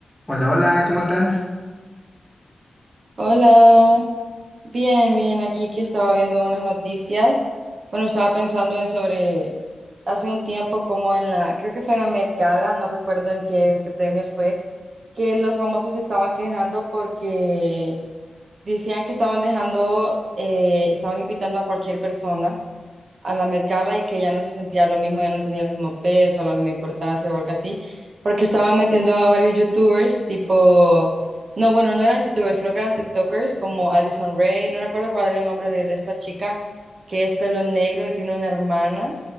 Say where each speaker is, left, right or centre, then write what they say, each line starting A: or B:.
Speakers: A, in the centre; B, on the right.
A: Hola, hola, ¿cómo estás?
B: Hola, bien, bien, aquí que estaba viendo unas noticias. Bueno, estaba pensando en sobre hace un tiempo como en la, creo que fue en la Met Gala, no recuerdo en qué, en qué premios fue, que los famosos se estaban quejando porque decían que estaban dejando, eh, estaban invitando a cualquier persona a la Met Gala y que ya no se sentía lo mismo, ya no tenía el mismo peso, la misma importancia o algo así, porque estaban metiendo a varios youtubers, tipo, no, bueno, no eran youtubers, creo que eran TikTokers, como Addison Rae, no recuerdo cuál era el nombre de esta chica que es pelo negro y tiene una hermana,